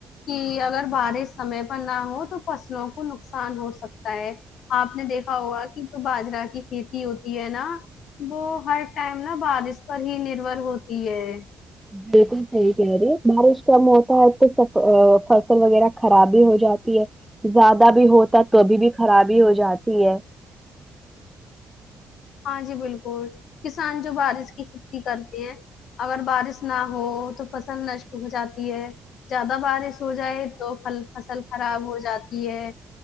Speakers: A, on the left; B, in the centre.
A: کہ اگر بارش سمے پر نہ ہو تو فصلوں کو نقصان ہو سکتا ہے آپ نے دیکھا ہوگا کی باجرا کی کھیتی ہوتی ہے نا وہ ہر ٹائم نا بارش پر ہی نربھر ہوتی ہے
B: بالکل صحیح کہہ رہی بارش کا موسم آئے تو فصل وغیرہ خراب بھی ہو جاتی ہے زیادہ بھی ہوتا تو بھی بھی خرابی ہو جاتی ہے
A: ہاں جی بالکل کسان جو بارش کی کھیتی کرتے ہیں اگر بارش نہ ہو تو فصل نشٹ ہو جاتی ہے زیادہ بارش ہو جائے تو پھل فصل خراب ہو جاتی ہے